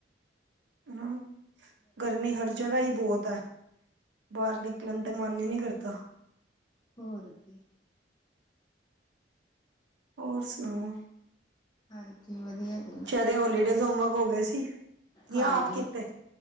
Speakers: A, on the right (about 70°); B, on the left (about 20°).
A: ਹੂੰ, ਗਰਮੀ ਹਰ, ਜਗਹਾ ਹੀ ਬਹੁਤ ਹੈ। ਬਾਹਰ ਨਿਕਲਣ ਦਾ, ਮਨ ਹੀ ਨਹੀਂ ਕਰਤਾ।
B: ਹੋਰ ਕੀ।
A: ਹੋਰ ਸੁਣਾਓ?
B: ਹਾਂਜੀ, ਵਧੀਆ ਜੀ।
A: ਤੇ ਉਹ, ਹੋਲੀਡੇਸ ਹੋਮਵਰਕ, ਹੋ ਗਏ ਸੀ। ਜਾਂ
B: ਹਾਂਜੀ।
A: ਆਪ ਕੀਤੇ